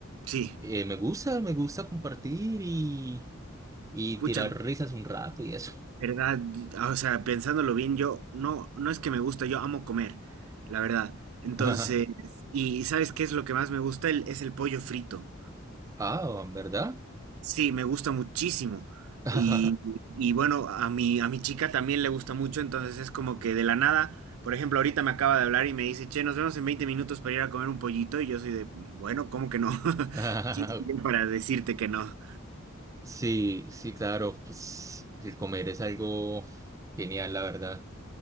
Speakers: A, on the right; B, on the right.
A: Sí.
B: eh, me gusta, me gusta compartir y, y
A: Pucha,
B: tirar risas un rato y eso.
A: verdad, o sea, pensándolo bien, yo no, no es que me gusta, yo amo comer, la verdad. Entonces,
B: <laughs>
A: y ¿sabes qué es lo que más me gusta? El- es el pollo frito.
B: Ah, ¿en ¿verdad?
A: Sí, me gusta muchísimo.
B: <laughs>
A: Y, y bueno, a mi, a mi chica también le gusta mucho, entonces es como que de la nada, por ejemplo, ahorita me acaba de hablar y me dice, che, nos vemos en 20 minutos para ir a comer un pollito, y yo soy de, bueno, ¿cómo que no? <laughs>
B: Ah,
A: ¿Quién soy yo para decirte que no?
B: Sí, sí, claro, pues el comer es algo genial, la verdad.